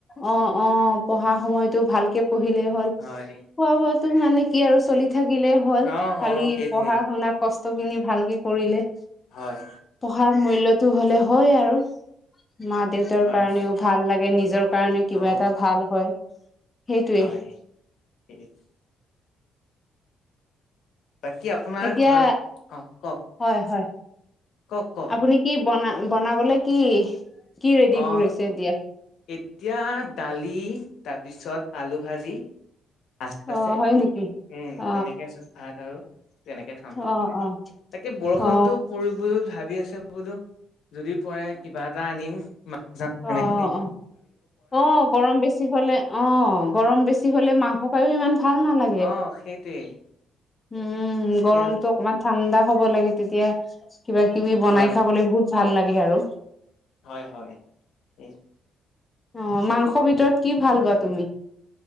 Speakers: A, on the left; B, on the left.
A: অ অ পঢ়া সময়তো ভালকে পঢ়িলেই হ'ল।
B: হয়।
A: খোৱা বোৱাতো মানে কি আৰু চলি থাকিলে হ'ল
B: অ',
A: খালি
B: অ', সেইটোৱে
A: পঢ়া শুনা। কষ্ট খিনি ভালকে কৰিলে।
B: হয়।
A: পঢ়াৰ মূল্যতো হলে হল আৰু মা দেউতাৰ
B: হয়,
A: কাৰণেও
B: হয়,
A: ভাল লাগে নিজৰ। কাৰণে কিবা
B: অ',
A: এটা ভাল হয়। সেইটোৱে
B: হয় ঠিক। বাকী আপোনাৰ
A: এতিয়া
B: ঘৰ অ কওক
A: হয় হয়।
B: কওক কওক।
A: আপুনি কি বনা বনাবলে কি কি ৰেডি
B: অ',
A: কৰিছে এতিয়া?
B: এতিয়া দালি তাৰপিছত আলু ভাজি। আচ
A: অ
B: আছে
A: হয় নেকি?
B: উম
A: অ
B: তেনেকে আছে ভাত আৰু তেনেকে খাম
A: অ অ
B: তাকে বৰষুণটো
A: অ
B: পৰো পৰো ভাবি আছে বোলো। যদি পৰে কিবা এটা আনিম মা <unintelligible>
A: অ
B: সেনেকে
A: অ অ', গৰম বেছি হলে অ গৰম বেছি হলে মাংস খায়ও ইমান ভাল নালাগ
B: অ', সেইটোৱে।
A: উম
B: এতিয়া
A: গৰমটো অকনমান ঠাণ্ডা হব লাগে তেতিয়া কিবা কিবি বনাই
B: হয়,
A: খাবলৈ বহুত ভাল লাগে আৰু।
B: হয়' হয় এ
A: অ', মাংসৰ ভিতৰত কি ভাল বা তুমি।